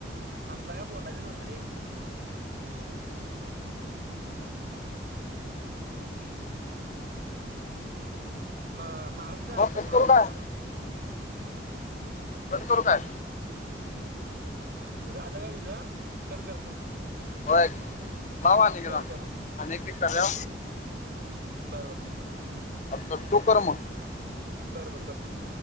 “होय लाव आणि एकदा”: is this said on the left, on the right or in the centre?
Left